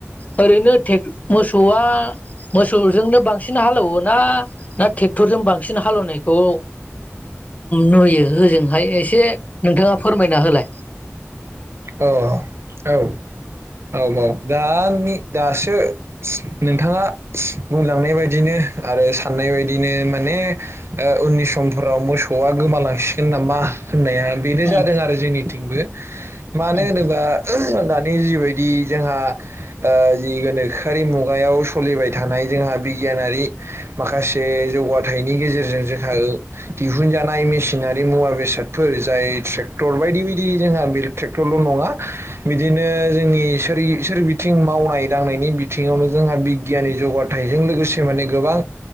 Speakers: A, on the left; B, on the right.
A: ओरैनो मोसौआ मोसौजोंनो बांसिन हालेवो ना ना ट्रेक्टरजों बांसिन हालेवनायखौ नुयो होजोंहाय एसे नोंथाङा फोरमायना होलाय।
B: औ अ औ औ दानि दासो नोंथाङा बुंलांनाय बायदिनो आरो साननाय बायदिनो माने ओ उननि समफोराव मोसौआ गोमालांसिगोन नामा? होननाया बेनो
A: उम
B: जादों आरो जोंनिथिंबो मानो
A: उम
B: होनोबा दानि जिबायदि बि जोंहा ओ जि गोनोखोआरि मुगायाव सोलिबाय थानाय जोंहा बिगियानारि माखासे जौगाथायनि गेजेरजों जोंहा दिहुनजानाय मेसिनारि मुवा बेसाद बेासादफोर जाय ट्रेक्टर बायदि बायदि जोंहा बे ट्रेक्टरल' नङा बिदिनो जोंनि सोर सोर बिथिं मावनाय दांनायनि बिथिङावनो जोंहा बिगियाननि जौगाथायजों लोगोसे माने गोबां